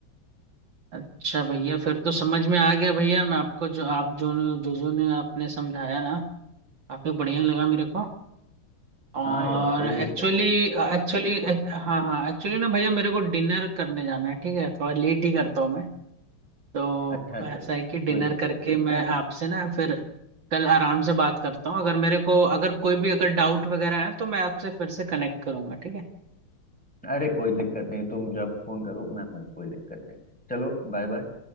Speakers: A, on the right; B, in the centre.
A: अच्छा भैया फिर तो समझ में आ गया भैया मैं आपको जो आप जो जो जो ने आपने समझाया ना काफी बढ़िया लगा मेरे को और
B: हाँ यार कोई
A: एक्चुअली
B: दिक्कत नहीं
A: एक्चुअली हाँ हाँ एक्चुअली ना भैया मेरे को डिनर करने जाना है ठीक है थोड़ा लेट ही करता हूँ मैं तो
B: अच्छा अच्छा
A: ऐसा है कि
B: कोई
A: डिनर
B: दिक्कत
A: करके
B: नहीं
A: मैं आपसे ना फिर कल आराम से बात करता हूँ अगर मेरे को अगर कोई भी अगर डाउट वगैरह है तो मैं आपसे फिर से कनेक्ट करूंगा ठीक है
B: अरे कोई दिक्कत नहीं तुम जब फोन करो मैं हूँ कोई दिक्कत नहीं चलो बाय बाय